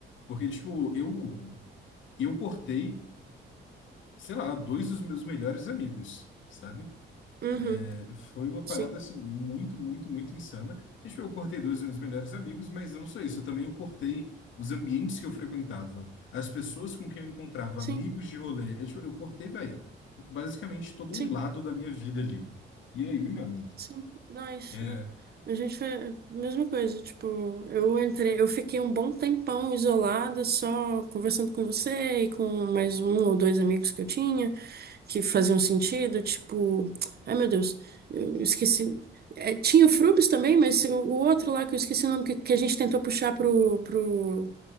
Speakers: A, on the left; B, on the right.
A: Porque, tipo, eu, eu cortei, sei lá, dois dos meus melhores amigos, sabe?
B: Uhum,
A: É, foi uma parada
B: sim,
A: assim muito, muito, muito insana. E, tipo, eu cortei dois dos meus melhores amigos, mas não só isso, eu também eu cortei os ambientes que eu frequentava, as pessoas com quem eu encontrava,
B: sim,
A: amigos de rolê. Eu, tipo, eu cortei, velho, basicamente todo
B: sim.
A: um lado da minha vida ali. E aí, mano?
B: Sim, nós,
A: É,
B: é. a gente foi a mesma coisa, tipo, eu entrei, eu fiquei um bom tempão isolada, só conversando com você e com mais um ou dois amigos que eu tinha, que faziam sentido, tipo, ai meu Deus, eu esqueci, É, tinha o Frubis também, mas o, o outro lá que eu esqueci o nome, que, que a gente tentou puxar pro, pro,